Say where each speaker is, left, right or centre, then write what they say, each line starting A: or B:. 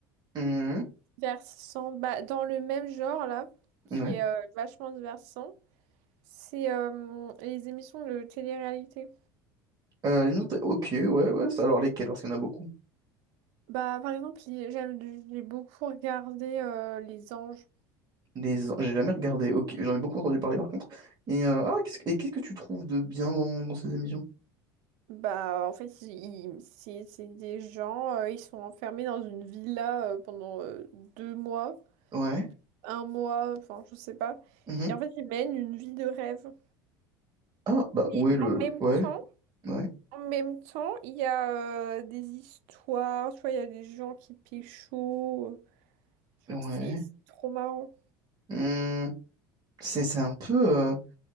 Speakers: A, on the right; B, on the right.
A: Mhm,
B: divertissantes. Bah, dans le même genre, là, qui
A: ouais.
B: est euh, vachement divertissant, c'est euh, les émissions de télé-réalité.
A: Euh, alimenta- ok, ouais, ouais. ça- Alors lesquels? Parce qu'il y en a beaucoup.
B: Bah, par exemple, il- j'aime, j'ai beaucoup regardé euh, Les Anges.
A: Les... an- J'ai jamais regardé. Ok, j'en ai beaucoup entendu parler par contre. Et euh, ah, qu'est-ce que... et qu'est-ce que tu trouves de bien dans, dans ces émissions?
B: Bah, en fait, ils- ils- c'est c'est des gens, euh, ils sont enfermés dans une villa euh, pendant euh, deux mois.
A: Ouais.
B: un mois, enfin, je sais pas.
A: mhm.
B: Et en fait, ils mènent une vie de rêve.
A: Ah bah
B: Mais
A: ouais le
B: en même
A: ouais
B: temps,
A: ouais
B: en même temps, il y a euh, des histoires, tu vois, il y a des gens qui pécho. Tu
A: ouais.
B: vois, C'est c'est trop marrant.
A: Hmm, C'est c'est un peu euh,